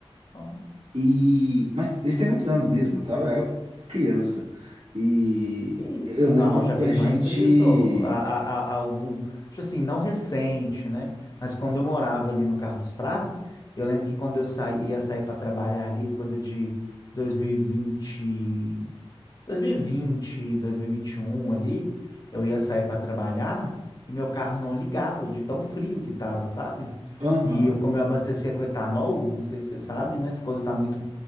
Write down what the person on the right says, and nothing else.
E... Mas isso tem muitos anos mesmo, eu tava, eu era criança. E
eu lembro
que
a gente...
Aham,